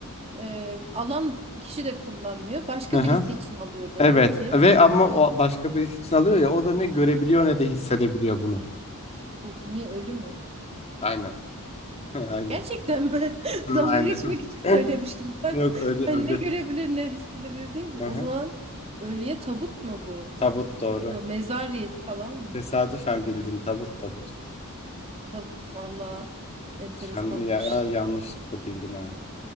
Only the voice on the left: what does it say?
Hı hı.
Evet
ve ama o başka birisi için alıyor ya o da ne görebiliyor ne de hissedebiliyor bunu.
Aynen. <laughs> Aynen.
Hı,
Aynen.
<laughs>
Yok öyle
öyle.
Hı
hı.
Tabut doğru.
Tesadüfen
bildin tabut tabut.
Yan, ya, ya- yanlışlıkla bildin ha.